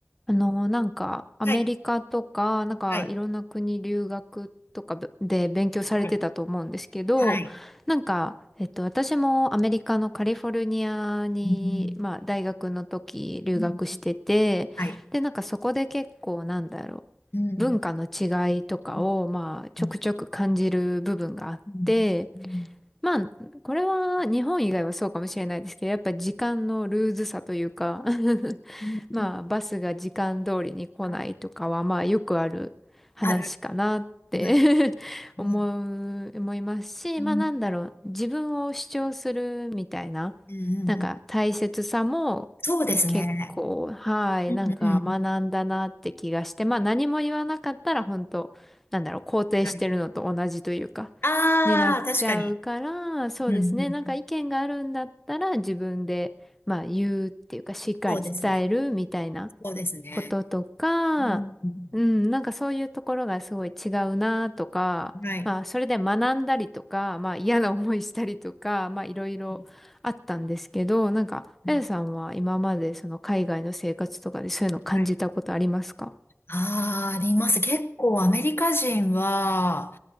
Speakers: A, in the centre; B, on the left.
A: あの、なんか、アメリカとか、
B: はい、
A: なんか、
B: はい、
A: いろんな国留学とかぶで勉強されてたと思うんですけど、
B: はい、はい。
A: なんか、えっと、私もアメリカのカリフォルニアに、
B: うん、
A: まあ、大学の時留学してて、
B: うん、はい。
A: で、なんかそこで結構、なんだろ
B: うん、
A: う、文化の違いとかを、
B: うん、
A: まあ、ちょくちょく感じる部分があって、
B: うん、うん、うん、
A: まあ、これは日本以外はそうかもしれないですけど、やっぱ時間のルーズさというか <laughs>
B: うんうん
A: まあ、バスが時間通りに来ないとかは、
B: あ、
A: まあ、よくある話かなって
B: ある、はい、
A: <laughs> 思う、
B: うん、
A: 思いますし、
B: うん、
A: まあ、なんだろう、自分を主張するみたいな、
B: うん、うん、
A: なんか大切さも
B: そうですね。
A: 結構、はい、
B: うん、
A: なんか学んだなって気がして、
B: うん、う
A: まあ、何も言わなかったら本当、なんだろう、肯定してるのと同じというか、
B: ん、はい。ああ、
A: になっちゃうから、
B: 確かに。
A: そうですね。
B: うん、うん、
A: なんか意見があるんだったら自分で、まあ言うっていうか、しっかり伝えるみたいな
B: そうですね。そうですね。
A: こととか、
B: うん、うん、
A: うん、なんかそういうところがすごい違うなとか、
B: はい。
A: まあそれで学んだりとか、まあ嫌な思いしたりとか、まあいろいろあったんですけど、
B: うん、
A: なんか、
B: うん
A: あやさんは今までその海外の生活とかでそういうの感じたことありますか
B: はい。ああ、あります。結構アメリカ人は、